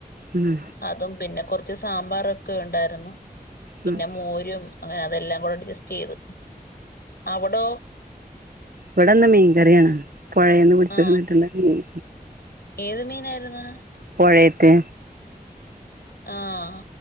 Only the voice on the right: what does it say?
ഉം
ഉം
ഇവിടെന്ന മീൻ കറിയാണ് പുഴയന്ന് പിടിച്ചിരുന്നിട്ടുള്ള
മീൻ
പുഴേല്ത്ത